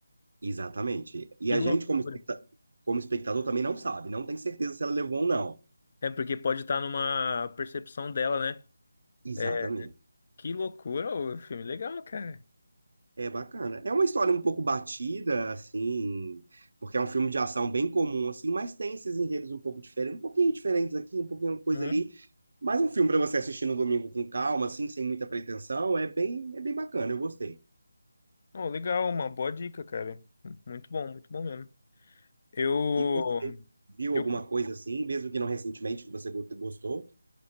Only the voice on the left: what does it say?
Que
loucura.
É porque pode estar numa percepção dela, né?
É, que loucura, o filme legal, cara.
Hum.
Oh, legal, uma boa dica, cara. Muito bom, muito bom mesmo. Eu,
eu,